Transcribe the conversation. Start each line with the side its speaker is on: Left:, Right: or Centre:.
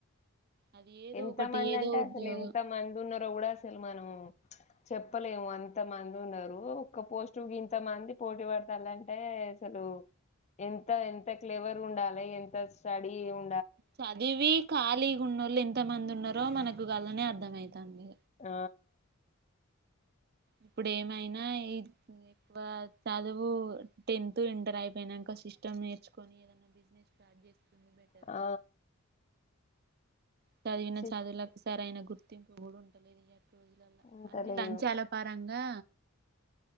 Right: అది ఏదో
Left: ఎంత
Right: ఒకటి
Left: మంది
Right: ఏదో
Left: అంటే
Right: ఉద్యోగం
Left: అసలు ఎంత మంది ఉన్నారు ఎ కూడ అస్ తెలమానము చెప్పలేము అంత మంది ఉన్నారు ఒక్క పోస్ట్ గింత మంది పోటీ పడతారుంటే అసలు ఎంత ఎంత క్లేవర్ ఉండాలి ఎంత స్టడీ ఉ
Right: చదివి ఖాలీ న్న వాళ్ళు ఎంత మంది ఉన్నారో మనకు వాళ్నే అర్థమవుతాంది
Left: ఆ
Right: ఇప్పుడు ఏమైనా ఎక్కువ చదువు టెన్త్ ఇంటర్ అయిపోయినాక, సిస్టమ్ నేర్చుకొని ఏదనా బిజినెస్ స్టార్ట్ చేసు బెటర్
Left: ఆ
Right: చదివిన
Left: సి-
Right: చదువుల సర ఆయన గుర్తింపు కూడా ఉండలేదు రోజుల
Left: ఉంటలేదు
Right: అన్ని లంచాల గా